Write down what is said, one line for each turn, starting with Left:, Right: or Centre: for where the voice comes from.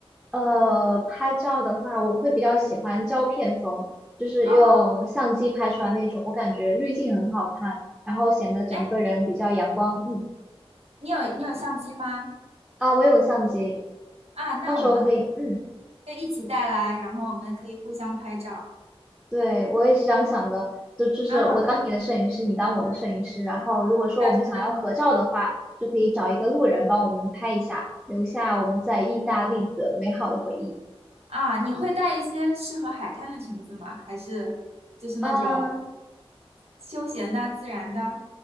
Centre: 呃，拍照的话，我会比较喜欢胶片风，就是用相机拍出来那种，
Right: 哦，
Centre: 我感觉滤镜很好看，然后显得整个人比较阳光。
Right: 哎，你
Centre: 嗯，
Right: 你有你有相机吗？
Centre: 啊，我有相机，
Right: 啊，那我们
Centre: 到时候可以。嗯，
Right: 可以一起带来，然后我们可以互相拍照。
Centre: 对，我也是这样想的，就就是我当你的摄影师，
Right: 嗯，
Centre: 你当我的摄影师，然后如果说我们想要合照的话，
Right: 但是的。
Centre: 就可以找一个路人帮我们拍一下，留下我们在意大利的美好的回忆。
Right: 啊，你会带一些适合海滩的裙子吗？还是就是那种
Centre: 啊
Right: 休闲的、自然的？